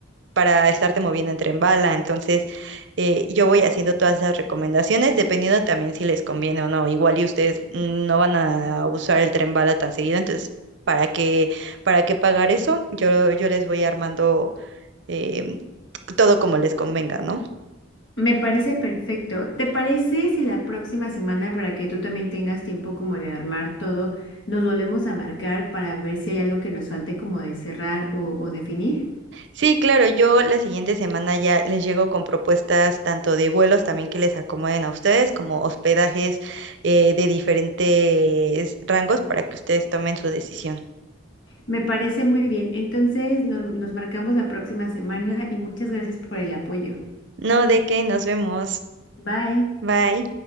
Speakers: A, on the right; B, on the left.
A: para estarte moviendo en tren bala. Entonces, eh, yo voy haciendo todas esas recomendaciones, dependiendo también si les conviene o no. Igual y ustedes mm, no van a usar el tren bala tan seguido, entonces, ¿para qué, para qué pagar eso? Yo, yo les voy armando em, todo como les convenga, ¿no?
B: Me parece perfecto. ¿Te parece si la próxima semana, para que tú también tengas tiempo como de armar todo, nos volvemos a marcar para ver si hay algo que nos falte como de cerrar o, o definir?
A: Sí, claro, yo la siguiente semana ya les llego con propuestas tanto de vuelos también que les acomoden a ustedes, como hospedajes eh, de diferentes rangos para que ustedes tomen su decisión.
B: Me parece muy bien. Entonces no- nos marcamos la próxima semana y muchas gracias por el apoyo.
A: No, de qué, nos vemos.
B: Bye.
A: Bye.